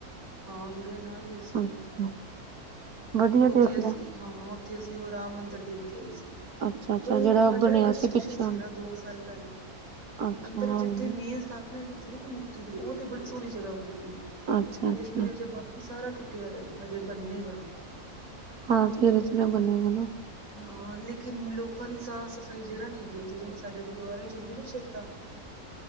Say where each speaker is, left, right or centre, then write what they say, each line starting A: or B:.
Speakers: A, on the right (about 55°); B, on the right (about 75°).
A: ਹਾਂ, ਗੁੜੀਆਂ ਨਾਲ ਗਈ ਸੀ ਮੇਰੀ,
B: ਅੱਛਾ ਵਧੀਆ
A: ਓੱਥੇ
B: ਦੇਖ
A: ਅਸੀਂ
B: ਲਿਆ
A: ਹਾਂ, ਉੱਥੇ ਅਸੀਂ ਉਹ ਰਾਮ ਮੰਦਿਰ ਦੇਖ ਕੇ ਆਏ ਸੀ।
B: ਅੱਛਾ ਅੱਛਾ
A: ਪਰ ਉਹ,
B: ਜਿਹੜਾ
A: ਅੰਡਰ
B: ਬਣਿਆ
A: ਕੰਸਟਰਕਸ਼ਨ
B: ਪਿੱਛੇ
A: ਸੀ ਨਾ ਦੋ ਸਾਲ ਪੈਂਲੋ।
B: ਅੱਛਾ
A: ਅੰਦਰ
B: ਹਾਂਜੀ
A: ਜਿੱਥੇ ਮੇਨ ਸਥਾਪਨਾ ਕੀਤੀ ਸੀ ਨਾ ਮੂਰਤੀ ਦੀ, ਉਹ 'ਤੇ ਬੜੀ ਸੋਣੀ ਜਗ੍ਹਾ ਬਨੀ ਦੀ ਏ।
B: ਅੱਛਾ ਅੱਛਾ
A: ਲੇਕਿਨ ਅਜੇ ਬਾਕੀ ਸਾਰਾ ਟੁੱਟਿਆ ਦੈ ਈ, ਹਜੇ ਬੰਨੇਗਾ।
B: ਹਾਂ, ਧੀਰੇ-ਧੀਰੇ ਬਨੇਗਾ ਨਾ।
A: ਹਾਂ, ਲੇਕਿਨ ਲੋਕਾਂ ਦੀ ਸਾਫ਼ ਸਫ਼ਾਈ ਜਰਾ ਨੀ ਹੈਗੀ ਉੱਥੇ, ਜਿਵੇਂ ਸਾਡੇ ਗੁਰਦੁਆਰਿਆਂ 'ਚ ਹੁੰਦੀ ਏ ਨਾ ਸ਼ਰਧਾ।